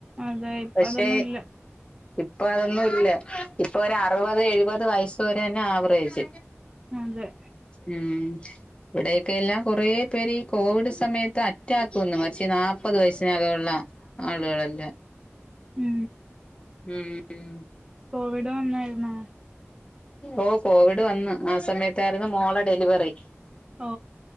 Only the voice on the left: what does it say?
പക്ഷെ
ഇപ്പൊ അതൊന്നും ഇല്ല ഇപ്പൊ ഒരു അറുപത് എഴുപത് വയസ്സു വരെ തന്നെ ആവറേജ്
ഉം ഇവിടെയൊക്കെ എല്ലാം കൊറേ പേര് ഈ കോവിഡ് സമയത്ത് അറ്റാക്ക് വന്ന് മരിച്ച് നാല്പ്പത് വയസ്സിനകവുള്ള ആളുകളെല്ലാം
ഉം
ഓ കോവിഡ് വന്ന് ആ സമയത്തായിരുന്നു മോളെ ഡെലിവറി